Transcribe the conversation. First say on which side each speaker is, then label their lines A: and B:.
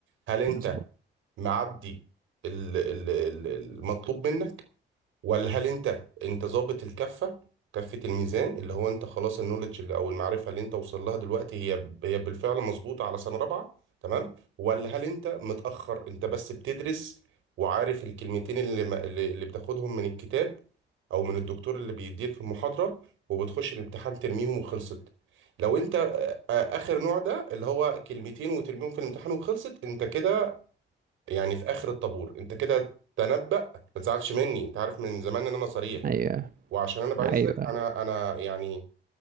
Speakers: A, on the right; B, on the right.
A: هل انت
B: مظبوط
A: معدي ال- ال- ال- المطلوب منك ولا هل انت انت ظابط الكفه كفه الميزان اللي هو انت خلاص النولج اللي او المعرفه اللي انت وصل لها دلوقتي هي ب- هي بالفعل مظبوطه على سنه رابعه تمام ولا هل انت متاخر انت بس بتدرس وعارف الكلمتين اللي ما- اللي اللي بتاخدهم من الكتاب او من الدكتور اللي بيديك في المحاضره وبتخش الامتحان ترميهم وخلصت لو انت آه، آه، اخر نوع ده اللي هو كلمتين وترميهم في الامتحان وخلصت انت كده يعني في اخر الطابور انت كده تنبأ ما تزعلش مني انت عارف من زمان ان انا صريح
B: ايوه
A: وعشان انا بعزك
B: ايوه ايوه
A: انا انا يعني